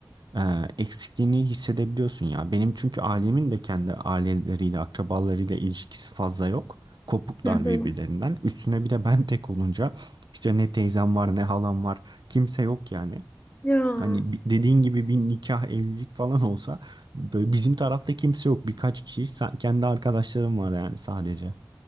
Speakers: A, on the right; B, on the left.
A: e, eksikliğini hissedebiliyorsun ya. Benim çünkü ailemin de kendi aileleriyle akrabalarıyla ilişkisi fazla yok. Kopuklar
B: hı hı.
A: birbirlerinden. Üstüne bir de ben tek olunca işte ne teyzem var ne halam var kimse yok yani.
B: Ya.
A: Hani bi- dediğin gibi bir nikah, evlilik falan olsa böyle bizim tarafta kimse yok. Birkaç kişi sa- kendi arkadaşlarım var yani sadece.